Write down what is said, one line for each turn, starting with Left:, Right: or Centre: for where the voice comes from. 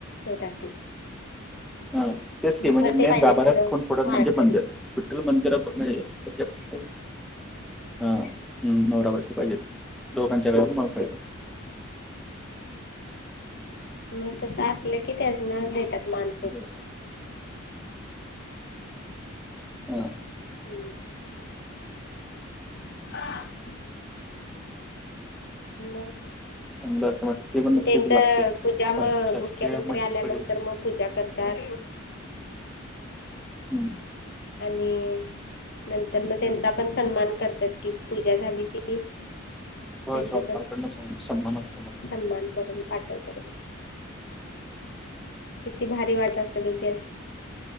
Left: ते जाते.
Centre: हां, तेच की म्हणजे
Left: खर
Centre: मेन
Left: ते पाहिजेत
Centre: गाभाऱ्यात
Left: खरं
Centre: खूप फुडं
Left: माळकरी
Centre: म्हणजे मंदिर. विठ्ल मंदिर पन ज पो हा, हम्, नवरा बायको पाहिजेत, दोघांच्या गळ्यात माळ पाहिजे.
Left: मग तसं असलं की त्याचना देतात मान पण.
Centre: हो. हां,
Left: क ह. मग.
Centre: चांगलं असत म्ह ते पण लक्षेब
Left: त्यांच
Centre: लागते
Left: पूजा म
Centre: शासकीय
Left: मुख्यमंत्री
Centre: म्हणजे
Left: आल्यानंतर मग पूजा करत्यात.
Centre: हम्म.
Left: आणि नंतर मग त्यांचा पण सन्मान करत्यात कि, पूजा झाली की.
Centre: हो
Left: त्यांचा
Centre: सरकारकडन
Left: पण
Centre: सांग समान असतो मग.
Left: सन्मान करून पाठवत. किती भारी वाट असगल ती अस.